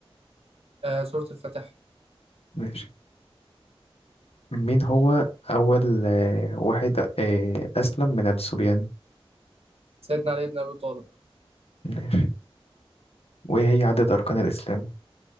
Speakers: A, on the right; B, on the left.
A: آه سورة الفاتحة
B: ماشي مين هو أول آه، واحد آه، أسلم من الصبيان
A: سيدنا علي بن ابي طالب
B: ماشي وإيه هي عدد أركان الإسلام